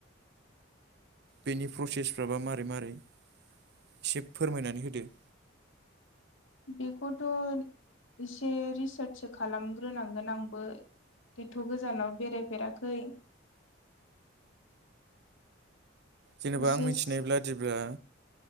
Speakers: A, on the right; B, on the left.
A: बेनि प्रसेसफ्राबा मारै मारै एसे फोरमायनानै होदो
B: बेखौथ' एसे रिसार्चसो खालामग्रोनांगोन आंबो एथ'' गोजानाव बेरायफेराखै
A: जेनेबा
B: बिसेस
A: आं मिथिनाय बादिब्ला